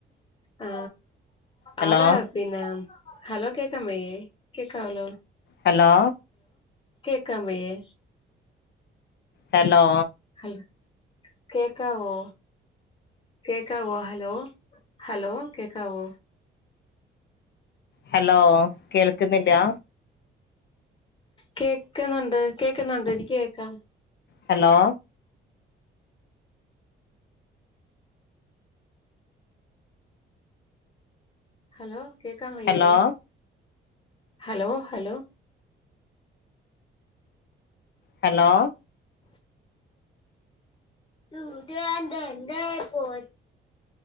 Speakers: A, on the left; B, on the left.
A: ആ
B: ഹലോ
A: അവടെ പിന്നെ ഹലോ കേക്കാൻ വയ്യേ കേക്കാവല്ലോ
B: ഹലോ
A: കേക്കാൻ വയ്യേ
B: ഹലോ
A: ഹലോ കേക്കാവോ കേക്കാവോ ഹലോ ഹലോ കേക്കാവോ
B: ഹലോ കേൾക്കുന്നില്ലാ
A: കേക്കുന്നുണ്ട് കേക്കുന്നുണ്ട് എനിക്ക് കേക്കാം
B: ഹലോ
A: ഹലോ കേക്കാൻ വയ്യേ
B: hello
A: hello hello
B: hello
A: <unintelligible>